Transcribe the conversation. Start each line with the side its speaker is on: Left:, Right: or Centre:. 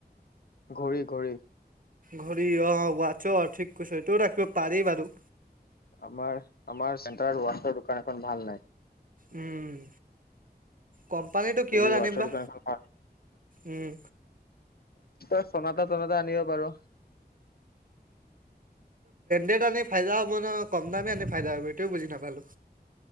Left: ঘড়ী ঘড়ী!
Right: ঘড়ী অ ৱাছ অ ঠিক কৈছো সেইটোও ৰাখিব পাৰি বাৰু
Left: আমাৰ। আমাৰ চেণ্টাৰ ছৰ দোকান এখন ভাল নাই।
Right: উম। কোম্পানীটো কি
Left: যদি
Right: হল
Left: ৱাটছৰ
Right: আনিম বা
Left: দোকান এখন ভাল
Right: উম!
Left: ই চনটা টনাটা আনিব পাৰো।
Right: ে আনি ফাইদা হ'ব ন কম দামে আনে ফাইদা হ'ব এইটোও বুজি নাপালো।